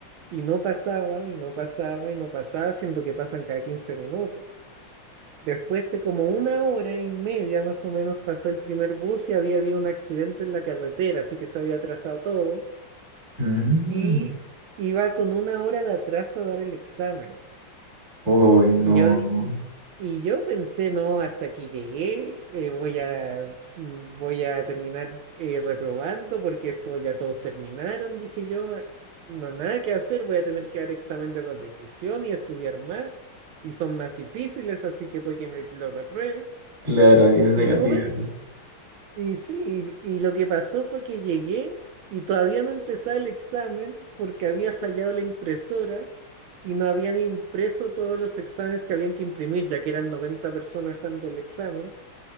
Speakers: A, on the right; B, on the right.
A: Y no pasaba, y no pasaba, y no pasaba, siendo que pasan cada 15 minutos. Después de como una hora y media más o menos pasó el primer bus y había habido un accidente en la carretera, así que se había atrasado todo.
B: Mm.
A: Y iba con una hora de atraso a dar el examen.
B: Uy, no.
A: Y yo, y, y yo pensé, no, hasta aquí llegué, eh, voy a, mm, voy a terminar eh, reprobando porque esto ya todos terminaron, dije yo, "Ah, no, nada que hacer, voy a tener que dar examen de repetición y estudiar más, y son más difíciles, así que puede que me lo repruebe.
B: Claro, ahí es negativo.
A: Y tuve,
B: ¿no?
A: y sí, y, y lo que pasó fue que llegué y todavía no empezaba el examen porque había fallado la impresora y no habían impreso todos los exámenes que habían que imprimir, ya que eran 90 personas dando el examen.